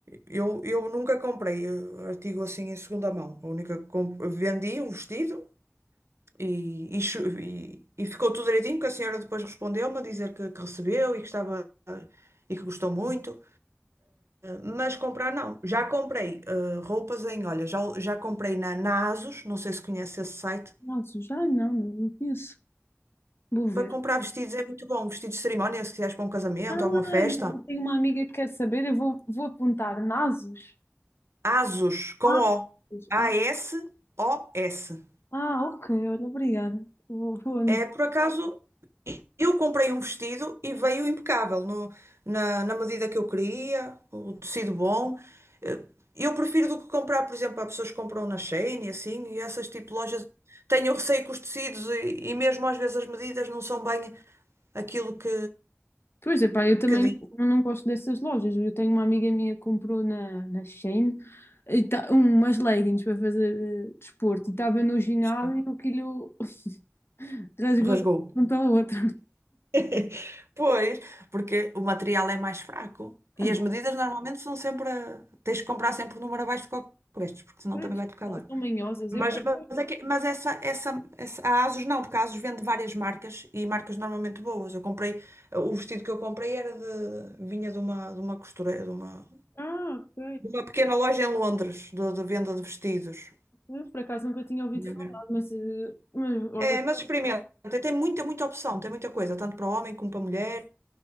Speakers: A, on the right (about 75°); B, on the left (about 60°).
A: Eu, eu nunca comprei eh, artigo assim em segunda mão. A única que comp- vendi um vestido e, e, chu- e- e ficou tudo direitinho, porque a senhora depois respondeu-me a dizer que, que recebeu e que estava e que gostou muito. Mas comprar não. Já comprei eh, roupas em, olha, já, já comprei na, na ASOS, não sei se conhece esse site.
B: nossa, já não, não não conheço. Vou ver.
A: Para comprar vestidos é muito bom. Vestidos de cerimónia, se quiseres para um casamento,
B: Ah,
A: alguma festa.
B: eu tenho uma amiga que quer saber, eu vou, vou apontar Nasos.
A: ASOS, com
B: Ah,
A: O. A-S-O-S.
B: ah, ah, ok, olha, obrigada. Vou, vou anotar.
A: É, por acaso, eu comprei um vestido e veio impecável, no- na, na medida que eu queria, o tecido bom. Eh, Eu prefiro do que comprar, por exemplo, há pessoas que compram na Shein e assim, e essas tipo de lojas. Tenho receio com os tecidos e, e mesmo às vezes as medidas não são bem aquilo que,
B: Pois é, pá, eu também
A: que diz.
B: não, não gosto dessas lojas. Eu tenho uma amiga minha que comprou na, na Shein e tá, umas leggings para fazer eh, desporto e estava no ginásio
A: Sim,
B: e aquilo <laughs> rasgou
A: Rasgou.
B: de uma ponta à outra.
A: <laughs> Pois, porque o material é mais fraco e
B: Ah, não,
A: as medidas normalmente são sempre. a- Tens que comprar sempre o número abaixo do que vestes, porque senão
B: pois,
A: também vai-te ficar largo.
B: são manhosas.
A: Mas,
B: Eu por acaso.
A: mas, é que- mas essa, essa, essa- a ASUS não, porque a ASUS vende várias marcas e marcas normalmente boas. Eu comprei, o vestido que eu comprei era de, vinha de uma, de uma costureira, de uma,
B: Ah, ok.
A: de uma pequena loja em Londres, de, de venda de vestidos.
B: Eu por acaso nunca tinha ouvido
A: É,
B: falar,
A: mesmo.
B: mas, eh, mas olha,
A: É, mas experimenta, tem muita, muita opção, tem muita coisa, tanto para homem como para mulher,